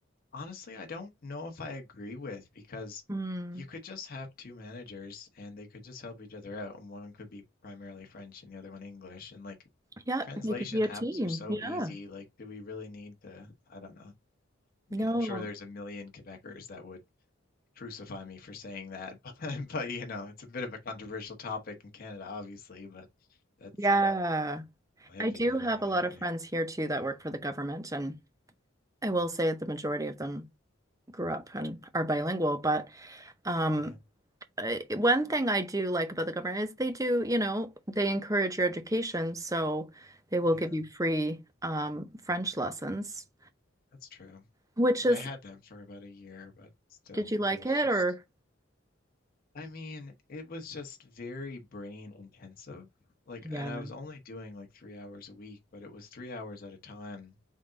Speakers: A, on the left; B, on the right.
A: honestly, I don't know if I agree with because
B: Mm.
A: you could just have two managers and they could just help each other out, and one could be primarily French and the other one English. And like
B: Yeah.
A: translation
B: They could be a
A: apps
B: team.
A: are so
B: Yeah.
A: easy. Like, do we really need to? I don't know. I
B: No.
A: mean, I'm sure there's
B: <laughs>
A: a million Quebecers that would crucify me for saying that, <laughs> but, but you know, it's a bit of a controversial topic in Canada, obviously, but that's
B: Yeah.
A: uh my opinion
B: I do have
A: of it
B: a lot
A: anyway.
B: of friends here too that work for the government, and I
A: Mm,
B: will say that the majority of them grew up and are bilingual. But um,
A: yeah,
B: I- one thing I do like about the government is they do, you know, they encourage your education, so they will
A: yeah,
B: give you free um, French lessons,
A: that's true.
B: which
A: And
B: is,
A: I had them for about a year, but still,
B: did you like
A: it was
B: it
A: just,
B: or?
A: I mean, it was just very brain intensive. Like,
B: Yeah.
A: and I was only doing like three hours a week, but it was three hours at a time.